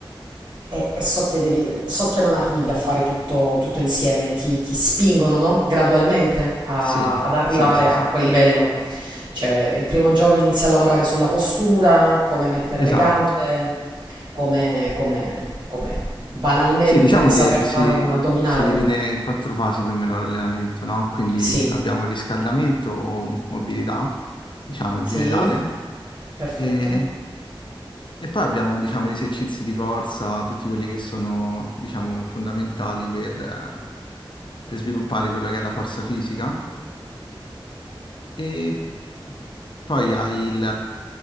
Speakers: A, on the right; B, on the left.
A: e, e so che devi, so che non arrivi a fare tutto, tutto insieme, ti, ti spingono, no? Gradualmente a-
B: Sì,
A: ad arrivare
B: sì, sì,
A: a
B: sì.
A: Sì. quel livello. Cioè, il primo giorno inizi a lavorare sulla postura, come mettere le
B: Esatto.
A: gambe, come, come- come banalmente
B: Sì, diciamo
A: saper
B: che
A: fare
B: si,
A: un, un addominale.
B: si divide in quattro fasi più o meno l'allenamento, no? Quindi
A: Sì,
B: abbiamo il riscaldamento o mobilità, diciamo, in
A: Sì,
B: generale,
A: perfetto.
B: e, e poi abbiamo, diciamo, gli esercizi di forza, tutti quelli che sono, diciamo, fondamentali per, eh, per sviluppare quello che è la forza fisica. E poi hai il,